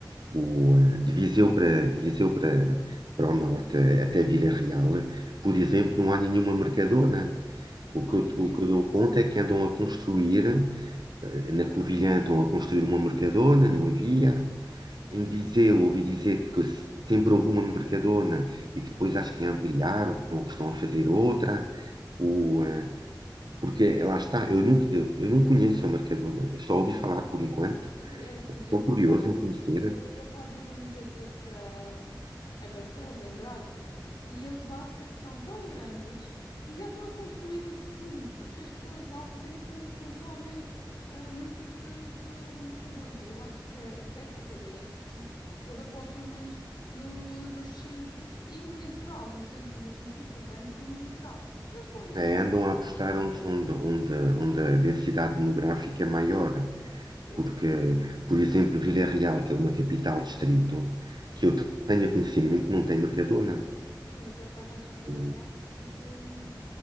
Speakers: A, on the right (about 65°); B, on the left (about 70°).
A: o, ah, de Viseu para, de Viseu para, para o norte, até Vila Real, por exemplo, não há nenhuma mercadona. O
B: Pois,
A: que, eu,
B: isso,
A: o que eu dou conta é que andam a construir Eh, Na Covilhã estão a construir uma Mercadona, não havia. Em Viseu ouvi dizer que sempre houve uma Mercadona e que depois acho que ampliaram ou que estão a fazer outra. O,
B: pois.
A: eh, porque lá está, eu nunca, eu, eu não conheço a Mercadona, só ouvi falar por enquanto.
B: É assim,
A: Estou
B: eu por
A: curioso
B: acaso,
A: em conhecer.
B: eu por acaso eu vou muitas vezes a, a Barcelos, em Braga, e eles lá t- são tão grandes e já estão a construir um segundo, porque as pessoas lá, por exemplo, con- consomem ah, muitos produtos do, do Mercadona. E eu acho que, que essa cadeia em específico, eles apostam muito no- nos centros e no litoral, nos centros, nos centros urbanos e no litoral. Eles para o interior,
A: eh, andam a apostar
B: não pouco.
A: onde, onde, onde, onde a densidade demográfica é maior,
B: Pois
A: porque,
B: é,
A: por exemplo, Vila Real, que é uma capital distrito, que eu tenha conhecimento, não tem Mercadona.
B: Pois, eu por acaso acho que Vila
A: O,
B: Real é realmente. hum,